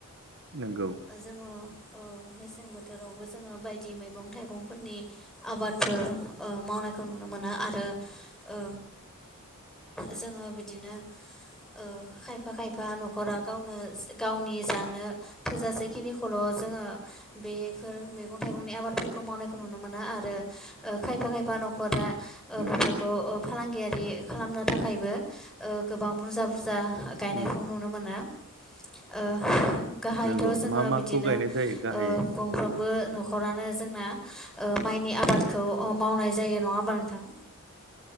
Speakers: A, on the right; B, in the centre.
A: नंगौ
B: जोङो ओ मेसें बोथो थोरावबो जोङो बायदि मैगं थाइगंफोरनि आबादफोर मावनायखौ ओ नुनो मोनो आरो ओ जोङो बिदिनो ओ खायफा खायफा न'खरा गावनो गावनि जानो थोजासे खिनिखौल' जोङो बेफोर मैगं थाइगंनि आबादफोरखौ मावनायखौ नुनो मोनो आरो ओ खायफा खायफा नखरा ओ
A: नंगौ
B: बेफोरखौ ओ फालांगियारि खालामनो थाखायबो ओ गोबां बुरजा बुरजा गायनायखौ
A: उम
B: नुनो मोना ओ
A: नंगौ
B: थ' जोङो
A: मा
B: बिदिनो
A: माखौ गायनाय जायो गाहाय
B: ओ गंफ्रोमबो न नखरानो जोंना माइनि आबाद खौ मावनाय जायो नङा होमबा नोंथां